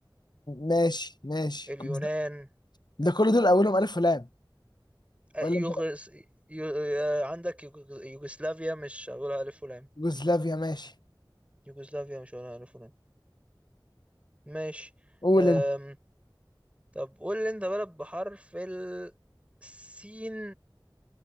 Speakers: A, on the left; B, on the right.
A: ماشي ماشي
B: اليونان
A: جوز- ده كل دول اولهم الف ولام
B: آه،
A: ولا
B: يوغس
A: مش
B: يو... آه، عندك يوغ- يوغسلافيا مش هقولها ألف ولام
A: يوغوسلافيا ماشي
B: يوغسلافيا مش هقولها ألف ولام ماشي
A: قول
B: أم...
A: انت
B: طب قول لي أنت بلد بحرف السين